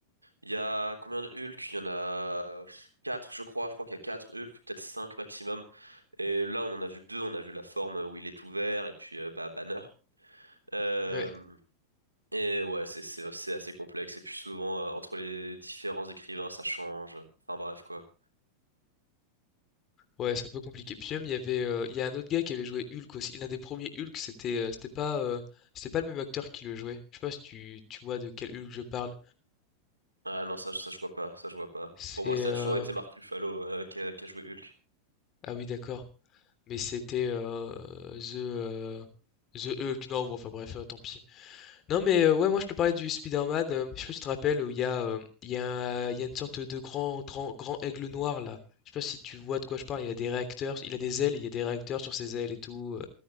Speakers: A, on the right; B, on the left.
A: il y a combien de Hulk? Il y en a quatre, je crois. Je crois qu'il y a quatre Hulk, peut-être cinq maximum. Et là, on en a vu que deux. On a vu la forme où il est ouvert et puis euh, bah, Banner. Euh,
B: Ouais,
A: et ouais, c'est c'est c'est assez complexe. Et puis souvent, euh, entre les différents écrivains, ça change. Enfin bref, quoi.
B: ouais, c'est un peu compliqué. Puis même, il y avait, euh, il y a un autre gars qui avait joué Hulk aussi. L'un des premiers Hulk, c'était, euh, c'était pas, euh, c'était pas le même acteur qui le jouait. Je sais pas si tu, tu vois de quel Hulk je parle.
A: Ah non, ça, ça je vois pas. Ça je vois pas.
B: C'est,
A: Pour moi, ça
B: euh,
A: a toujours été Mark Ruffalo euh, qui a, qui a joué Hulk.
B: ah oui, d'accord. Mais c'était euh, The, euh, The Hulk. Non, bon, enfin bref, euh, tant pis. Non mais euh, ouais moi je te parlais du Spider-Man, euh, je sais pas si tu te rappelles où il y a euh, il y a un- il y a une sorte de grand grand grand aigle noir là. Je sais pas si tu vois de quoi je parle, il a des réacteurs, il a des ailes, il y a des réacteurs sur ses ailes et tout euh,